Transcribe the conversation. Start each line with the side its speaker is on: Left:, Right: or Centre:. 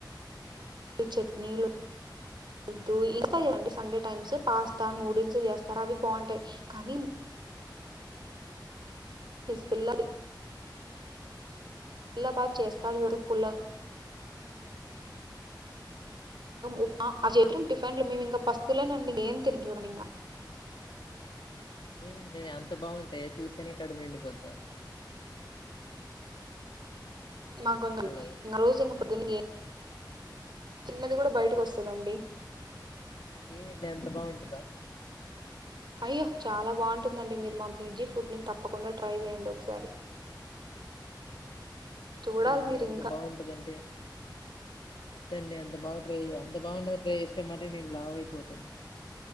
Right: ఈ చట్నీలు వదు ఇంతా చేండి సండే టైమ్స్ పాస్తా నూడిల్స్ చేస్తారు అవి బాగుంటాయి కానీ హిజబిల్లా తెల్లబాద్ చేస్తాడు వెడు పుల్ల ఉప్మా అవే టిఫిన్లు వస్తువులనే ఉంటాం ఇంకా ఏమీ తిని చూడము
Left: ఏమండి నే అంత బాగుంటాయా చూస్తేనే కడుపు నిండిపోద్దా
Right: మాకుంగది
Left: హలో
Right: ఇ రోజు ఇక ప్రొద్దున్నే తిన్నది కూడా బయటకి వస్తుంది అంది
Left: ఏమి ఎంత బాగుంటందా
Right: అయ్యో చాలా బాగుంటుందండి మీరు మా పీజీ ఫుడ్ ని తప్పకుండా ట్రై చేయండి ఒకసారి
Left: వద్దండి
Right: చూడాలి మీరు
Left: ఎంత
Right: ఇంకా
Left: బాగుంటుందంటడి వద్దండి అంత బాగా ట్రై అంత బాగాన్నది ట్రై చేస్తే మరి నేను లావు అయిపోతాను